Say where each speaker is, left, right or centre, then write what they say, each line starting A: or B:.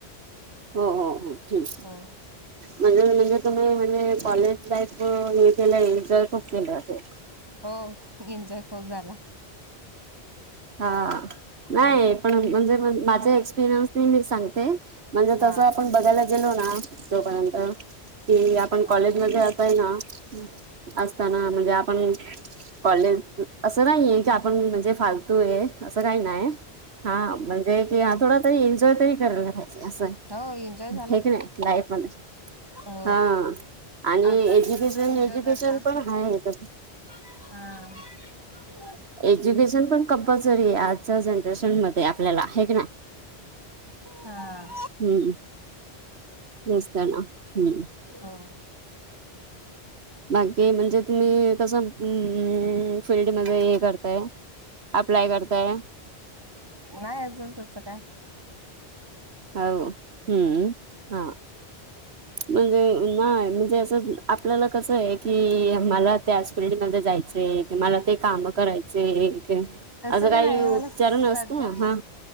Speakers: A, on the right; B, on the right.
A: हो हो हो ठीक,
B: हो
A: म्हणजे म्हणजे तुम्ही म्हणजे कॉलेज लाईफ हे केलं इंटर खूप केलं असेल.
B: हो एन्जॉय खूप झाला!
A: हा नाही
B: हा
A: पण म्हणजे माझे एक्सपिरियन्सनी मी सांगते? म्हणजे
B: हा
A: तसं आपण बघायला गेलो ना तोपर्यंत कि आपण
B: हा
A: कॉलेजमध्ये आज. पाहिणा, असताना म्हणजे आपण कॉलेज असं नाहीये की आपण म्हणजे फार. तू आहे असं काही नाही! हा म्हणजे की हा थोडा तरी एन्जॉय तरी करायला पाहिजे असं.
B: हो एन्जॉय झाला
A: हे क
B: खूप
A: नाही लाईफ मध्ये!
B: हो
A: हा आणि
B: आताच
A: एज्युकेशन
B: मिळतो एन्जॉय
A: एज्युकेशन
B: करता
A: पण हा आहे तस.
B: हा,
A: एज्युकेशन पण कंपल्सरी आहे आजच्या जनरेशन मध्ये आपल्याला आहे की नाही.
B: हा,
A: हम् नसत ना हम्म!
B: हो,
A: बाकी म्हणजे तुम्ही कसं हम्म 'फीलल्डमध्ये हे करताय. अप्लाय करताय,
B: नाही अजून तस काय.
A: ह हम्म हा, म्हणजे नाही म्हणजे असं आपल्याला कसं आहे की मला त्या अस. ट्रेड मध्ये जायचे मला ते काम करायचे एक,
B: तसं
A: असं
B: काय
A: काही
B: नाही
A: उपचारण
B: मला सध्या
A: असतो ना हा!